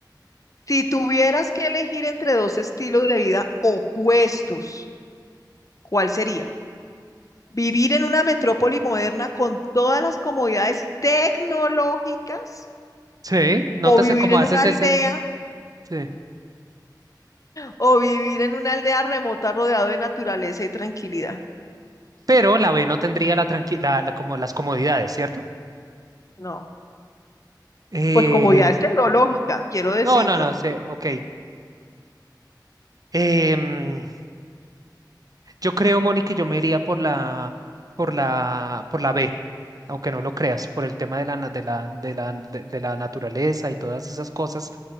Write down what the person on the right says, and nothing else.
Sí, nótese
cómo
haces
ese. Sí.
Pero la B no tendría la tranqui- la- la como las comodidades, ¿cierto?
Eh,
no, no,
no, sé, ok. Em, Yo creo, Moni, que yo me iría por la, por la, por la B, aunque no lo creas, por el tema de la, na- de la, de la, de, de la naturaleza y todas esas cosas,